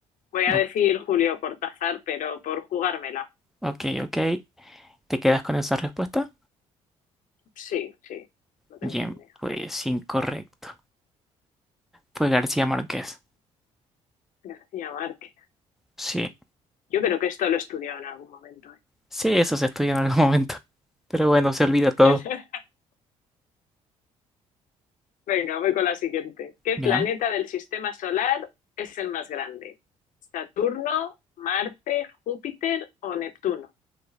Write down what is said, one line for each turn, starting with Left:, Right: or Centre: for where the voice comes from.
Left: Voy a
Centre: O-
Left: decir Julio Cortázar, pero por jugármela.
Centre: ok, ok. ¿Te quedas con esa respuesta?
Left: Sí, sí, no tengo
Centre: Bien,
Left: ni idea.
Centre: pues incorrecto. Fue García Márquez.
Left: García Márquez.
Centre: Sí,
Left: Yo creo que esto lo he estudiado en algún momento, ¿eh?
Centre: sí, eso se estudia en algún <laughs> momento. Pero bueno, se olvida todo.
Left: <laughs> Venga, voy con la siguiente. ¿Qué
Centre: Bien.
Left: planeta del sistema solar es el más grande? ¿Saturno, Marte, Júpiter o Neptuno?